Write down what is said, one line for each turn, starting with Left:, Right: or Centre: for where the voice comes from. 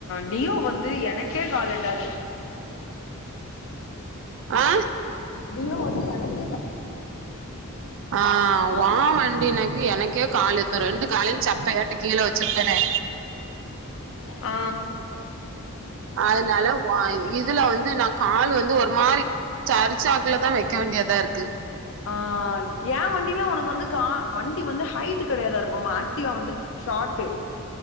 Left: டியோ வந் து எனக்கே கால் எட்டாது.
Right: ஆ
Left: டியோ வந்து என
Right: ஆ
Left: மா
Right: ஓ வண்டியநாச்சு எனக்கே காலு எத்து ரெண்டு காலயு சப்பயாட்டு கீழ வெச்சுருத்தனே.
Left: ஆ
Right: அதுனால வா இ இதுல வந்து நா காலு வந்து ஒரு மாரி சரிச்சாக்குல தா வெக்க வேண்டியதாருக்கு.
Left: ஆ ஏ வண்டிலா உனக்கு வந்து கா வண்டி வந்து ஹைட்டு கெடையாது அர்பமா ஏக்டிவா வந்து ஷாட்டு